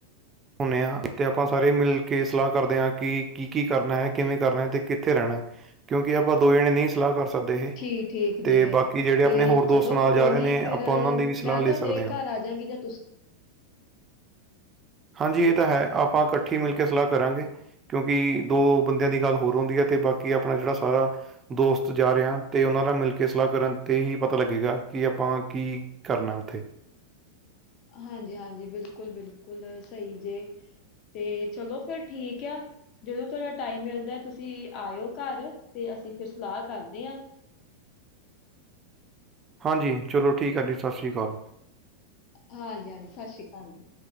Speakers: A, on the right; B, on the left.
A: ਹੁੰਦੇ ਹਾਂ ਤੇ ਆਪਾਂ ਸਾਰੇ ਮਿਲ ਕੇ ਸਲਾਹ ਕਰਦੇ ਹਾਂ ਕਿ ਕੀ-ਕੀ ਕਰਨਾ ਏ, ਕਿਵੇਂ ਕਰਨਾ ਹੈ, ਤੇ ਕਿੱਥੇ ਰਹਿਣਾ ਹੈ? ਕਿਉਂਕਿ ਆਪਾਂ ਦੋ ਜਣੇ ਨਹੀਂ ਸਲਾਹ ਸਕਦੇ ਇਹ
B: ਠੀਕ ਠੀਕ
A: ਤੇ
B: ਜੇ,
A: ਬਾਕੀ ਜਿਹੜੇ
B: ਤੇ
A: ਆਪਣੇ ਹੋਰ ਦੋਸਤ
B: ਚਲੋ
A: ਨਾਲ
B: ਕੋਈ
A: ਜਾ ਰਹੇ
B: ਨੀ
A: ਨੇ
B: ਫਿਰ
A: ਆਪਾਂ ਉਹਨਾਂ ਦੀ ਵੀ ਸਲਾਹ
B: ਮੈਂ
A: ਲੈ
B: ਤੁਹਾਡੇ
A: ਸਕਦੇ ਹਾਂ
B: ਘਰ ਆ। ਜਾਂਗੇ ਜਾਂ ਤੁਸੀਂ?
A: ਹਾਂਜੀ ਇਹ ਤਾਂ ਹੈ। ਆਪਾਂ ਇਕੱਠੀ ਮਿਲ ਕੇ ਸਲਾਹ ਕਰਾਂਗੇ। ਕਿਉਂਕਿ ਦੋ ਬੰਦਿਆਂ ਦੀ ਗੱਲ ਹੋਰ ਹੁੰਦੀ ਹੈ ਅਤੇ ਬਾਕੀ ਆਪਣਾ ਜਿਹੜਾ ਸਾਰਾ ਦੋਸਤ ਜਾ ਰਹੇ ਹਾਂ ਤੇ ਉਹਨਾਂ ਨਾਲ ਮਿਲ ਕੇ ਸਲਾਹ ਕਰਨ ਤੇ ਹੀ ਪਤਾ ਲੱਗੇਗਾ ਕਿ ਆਪਾਂ ਕੀ ਕਰਨਾ ਉੱਥੇ।
B: ਹਾਂਜੀ ਹਾਂਜੀ। ਬਿਲਕੁਲ- ਬਿਲਕੁਲ। ਸਹੀ ਜੇ। ਤੇ ਚਲੋ ਫਿਰ ਠੀਕ ਆ। ਜਦੋਂ ਤੁਹਾਡਾ ਟਾਈਮ ਮਿਲਦਾ ਤੁਸੀਂ ਆਇਓ ਘਰ, ਤੇ ਅਸੀਂ ਫਿਰ ਸਲਾਹ ਕਰਦੇ ਆ।
A: ਹਾਂਜੀ, ਚਲੋ ਠੀਕ ਏ ਜੀ। ਸਤਿ ਸ੍ਰੀ ਆਕਾਲ।
B: ਹਾਂਜੀ ਹਾਂਜੀ। ਸਤਿ ਸ੍ਰੀ ਅਕਾਲ ਜੀ।